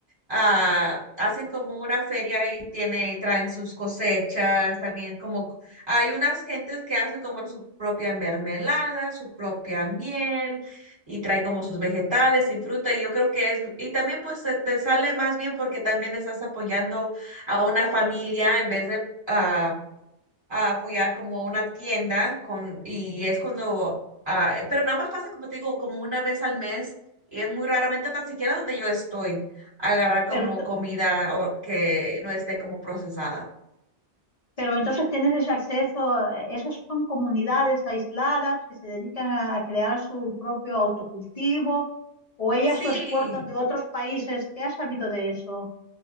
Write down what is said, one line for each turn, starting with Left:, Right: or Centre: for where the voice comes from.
Right: ah, hacen como una feria y tiene, traen sus cosechas, también como hay unas gentes que hacen como su propia mermelada, su propia miel y trae como sus vegetales y fruta y yo creo que es, y también pues te, te sale más bien porque también estás apoyando a una familia en vez de... ah, a apoyar como una tienda con, y es cuando, ah, eh, pero nada más pasa, como te digo, como una vez al mes y es muy raramente tan siquiera donde yo estoy, agarrar como
Left: Pero, ento-
Right: comida o que no esté como procesada.
Left: pero entonces tienes ese acceso, esas son comunidades aisladas que se dedican a, a crear su propio autocultivo o ellas
Right: Sí.
Left: lo exportan de otros países. ¿Qué has sabido de eso?